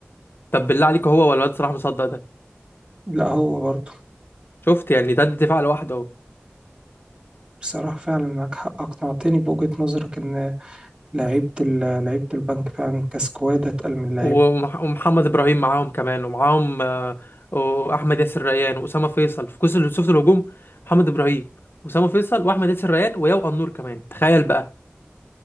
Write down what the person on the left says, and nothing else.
طب بالله عليك هو ولا الواد صلاح مصدق ده
شفت يعني ده الدفاع لوحده اهو
ومح- ومحمد ابراهيم معاهم كمان ومعاهم آه، واحمد ياسر ريان واسامه فيصل في كوس شفت الهجوم محمد ابراهيم واسامه فيصل واحمد ياسر ريان وياو النور كمان تخيل بقى